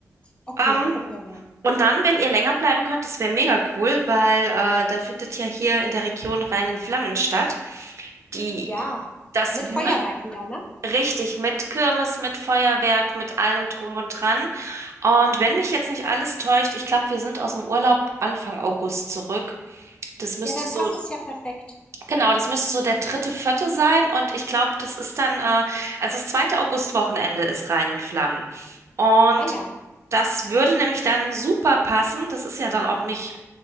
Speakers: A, on the left; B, on the right.
A: Okay,
B: Ähm,
A: gucken wir mal.
B: und dann, wenn ihr länger bleiben könnt, das wäre mega cool, weil äh, da findet ja hier in der Region Rhein in Flammen statt, die
A: Ja,
B: das
A: mit
B: mit,
A: Feuerwerk wieder, ne?
B: richtig mit Kirmes, mit Feuerwerk, mit allem drum und dran. Und wenn mich jetzt nicht alles täuscht, ich glaube, wir sind aus dem Urlaub Anfang August zurück. Das müsste
A: Ja, dann
B: so
A: passt es ja perfekt.
B: Genau, das müsste so der dritte, vierte sein und ich glaube, das ist dann, äh, also das zweite Augustwochenende ist Rhein in Flammen. Und
A: Ah ja.
B: das würde nämlich dann super passen. Das ist ja dann auch nicht,